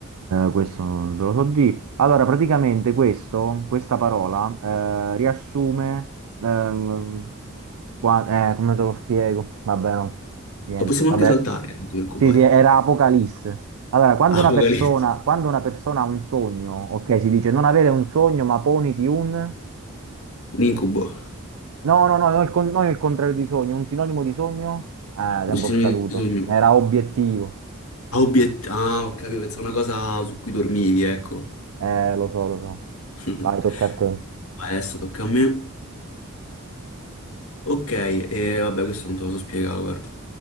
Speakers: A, on the right; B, on the left.
A: questo non te lo so di. Allora, praticamente questo, questa parola eh, riassume, ehm, qua- eh, come te lo spiego? Vabbè, no, niente,
B: Lo possiamo
A: vabbè.
B: anche saltare, eh, non ti preoccupare.
A: Sì, sì, era Apocalisse. Allora, quando
B: <laughs> Apocalisse,
A: una persona, quando una persona ha un sogno, ok, si dice non avere un sogno, ma poniti un...
B: un incubo,
A: No, no, no, non il, con- non il contrario di sogno, un sinonimo di sogno? Eh, tempo
B: un sinonimo
A: scaduto.
B: di sogno.
A: Era obiettivo.
B: Ah, obiet- ah, ho capito, pensavo una cosa su cui dormivi, ecco.
A: Eh, lo so, lo so.
B: <laughs>
A: Vai, tocca a te.
B: Vai, adesso tocca a me. Ok, e vabbè, questo non te lo so spiegare, guarda.